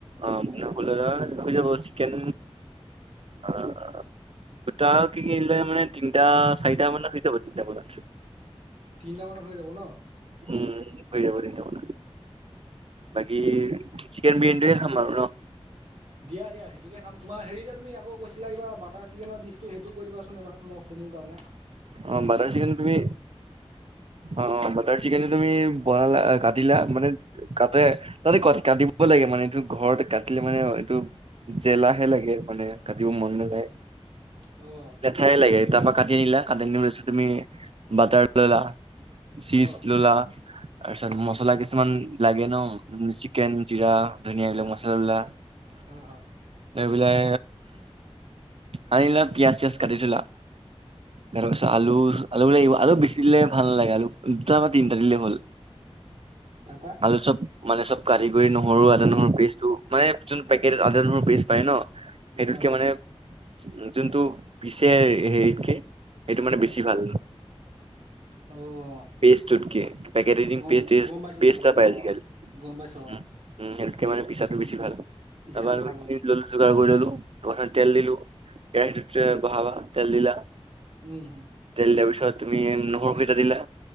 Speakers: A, on the right; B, on the right.
A: অ' ফুল হৈ যাব চিকেন অ' গোটা কে কিনিল মানে তিনিটা চাৰিটা মানাব তিনটামান
B: তিনিটামানত হৈ যাব ন
A: উম, হৈ যাব তেন্ত ম বাকী চিকেন বিৰিয়ান। খামা বাৰু ন।
B: দিয়া-দিয়া সেইটোকে খাম তোমাৰ হেৰি যে তুমি আকৌ কৈছিলা কিব বাটাৰ চিকেনৰ দিিটো সেইটোও কৰি দিবাচোন এবাৰ মোক কোনো ধণে
A: অ' বটাৰ চিকেন তুমি অ বটাৰ চিকেন। তুমি বনালা কাটিলা মানে কাটে তাতে কাটিব লাগে মানে ঘতে কাট মানে এইটো জেলাহে লাগে মানে কাটিব মন নাযায়।
B: অ',
A: লেঠাই লাগে তাৰ পৰাা কাটি নিলা কাটিৈছ তুমি বাটাৰ ললা। চিচ
B: অ',
A: ললা। তাৰপিছত মচলা কিছুমান লাগে ন চিকেন জিৰা ধুনিয়াবিলাক মচলাবলা।
B: অহ হ,
A: লৈ পেলাই আনিলে পিযাজ চিয়াজ কাটি থলা। তাৰপিছত আলু-আলু
B: উম,
A: বো আলু বেচি দিলে ভাল নালাগে আলু দুটা বা তিনিটা দিলে হ'ল।
B: তাৰপা
A: আলু চব মানে চব কাটি কৰি নহৰু আদা নহৰু পেচ টো মানে যোন পেকেটত আদা নহৰু পেচ পায় ন। সেইটোতকে
B: অ',
A: মানে যোনটো পিছে হেৰিতকে। এইটো মানে বেছি ভাল।
B: অ',
A: পেষ্ট তোটকে পেকেটজি
B: গম
A: পে
B: গম পাইছো
A: পেষ্ট
B: গম পাইছো
A: এটা পায় আজিকালি
B: অ', গম পাইছো
A: উম
B: অ'
A: উম, সেইটোতকে মানে পিছাটো বেছি ভাল
B: টিচাৰটো
A: তাৰ
B: ভাল
A: সইখিনি আনি ললো যোগাৰ কৰি ললো প্ৰথমতে তেল দিলো কেৰাহীটোত বহাবা তেল দিলা
B: উম, হম,
A: তেল দিয়াৰ পিছত তুমি নহৰুকেইটা দিলা,